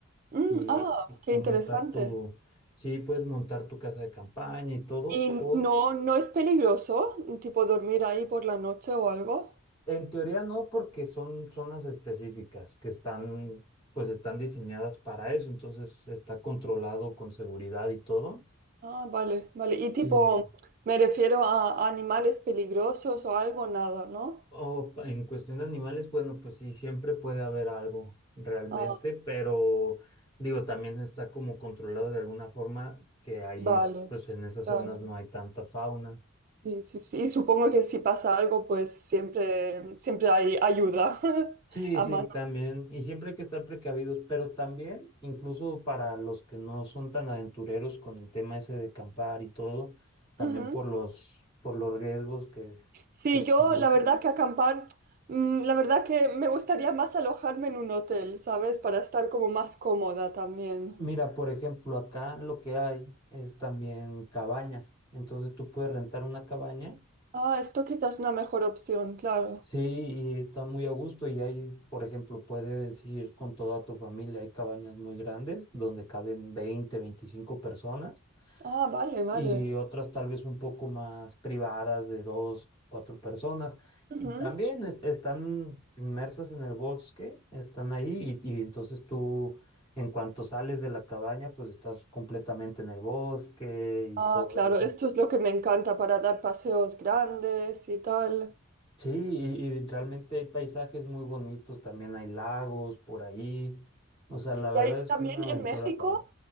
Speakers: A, on the right; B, on the left.
A: Mm,
B: y,
A: ah,
B: y
A: qué
B: tú
A: interesante.
B: montar tu... Sí, puedes montar tu casa de campaña y todo,
A: ¿Y
B: o
A: no, no es peligroso, tipo dormir ahí por la noche o algo?
B: En teoría no, porque son zonas específicas que están, pues están diseñadas para eso, entonces está controlado con seguridad y todo.
A: Ah, vale, vale. Y tipo,
B: Sí.
A: me refiero a animales peligrosos o algo, nada, ¿no?
B: O pa- en cuestión de animales, bueno, pues sí, siempre puede haber algo realmente,
A: Ah,
B: pero digo, también está como controlado de alguna forma que ahí,
A: vale,
B: pues en esas
A: claro.
B: zonas no hay tanta fauna.
A: Sí, sí, sí. Y supongo que si pasa algo, pues siempre, siempre hay ayuda <laughs>
B: Sí,
A: a
B: sí,
A: mano.
B: también. Y siempre hay que estar precavidos, pero también, incluso para los que no son tan aventureros con el tema ese de acampar y todo, también
A: Ujú.
B: por los, por los riesgos que
A: Sí,
B: pues
A: yo
B: comenta.
A: la verdad que acampar, mm, la verdad que me gustaría más alojarme en un hotel, ¿sabes? Para estar como más cómoda también.
B: Mira, por ejemplo, acá lo que hay es también cabañas. Entonces tú puedes rentar una cabaña,
A: Ah, esto quizás es una mejor opción, claro.
B: sí, y está muy a gusto. Y ahí, por ejemplo, puedes ir con toda tu familia. Hay cabañas muy grandes donde caben 20, 25 personas
A: Ah, vale, vale.
B: y otras tal vez un poco más privadas de dos, cuatro personas.
A: Ujú.
B: Y también es- están inmersas en el bosque, están ahí y, y entonces tú en cuanto sales de la cabaña pues estás completamente en el bosque
A: Ah,
B: y todo
A: claro,
B: eso.
A: esto es lo que me encanta para dar paseos grandes y tal.
B: Sí, y, y realmente hay paisajes muy bonitos, también hay lagos por ahí. O sea, la verdad
A: Y ahí
B: es
A: también
B: una
A: en
B: aventura
A: México,
B: padre.